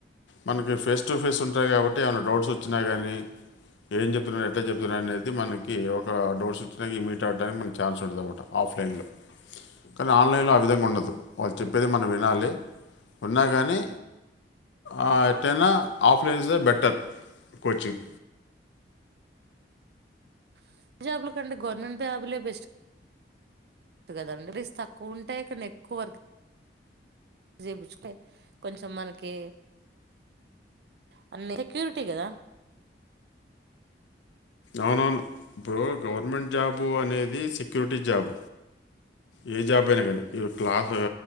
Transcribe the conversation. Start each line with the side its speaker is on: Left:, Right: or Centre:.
Left: మనకి ఫేస్ టు ఫేస్ ఉంటాయి కాబట్టి ఏమైనా డౌట్స్ వచ్చినా కానీ ఏం చెప్తున్నారు, ఎట్లా చెప్తున్నారు, అనేది మనకి ఒ డౌట్స్, వచ్చినా మీట్ ఆడడానికి మనకు ఛాన్స్ ఉంటది. ఆఫ్లైన్లో కానీ ఆన్లైన్లో ఆ విధంగా ఉండదు వాళ్ళు చెప్పేదే మనం వినాలి ఉన్నా కాని ఆ ఎట్టైన ఆఫ్ <unintelligible> బెటర్ కోచింగ్
Right: <unintelligible> జాబుల కంటే గవర్నమెంట్ జాబులే బెస్ట్ కదండి సాలరీస్ తక్కువ ఉంటేయి కానీ ఎక్కువ వర్క్ చేపించుకు కొంచెం మనకి <unintelligible> కదా
Left: అవునవును ఇప్పుడు గవర్నమెంట్ జాబు అనేది <unintelligible> జాబ్ ఏ జాబ్ అయినా కానీ యూ క్లాస్